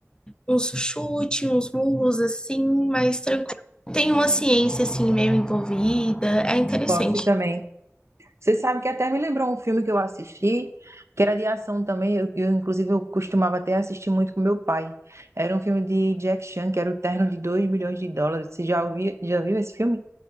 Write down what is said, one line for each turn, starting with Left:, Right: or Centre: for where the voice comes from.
Left: uns chutes, uns murros assim, mais tranquilo. Tem uma ciência assim meio envolvida. É interessante.
Right: Gosto também. Você sabe que até me lembrou um filme que eu assisti, que era de ação também. Eu, eu, inclusive, eu costumava até assistir muito com meu pai. Era um filme de Jack Chan, que era o Terno de Dois milhões de dólares. Você já ouviu, já viu esse filme?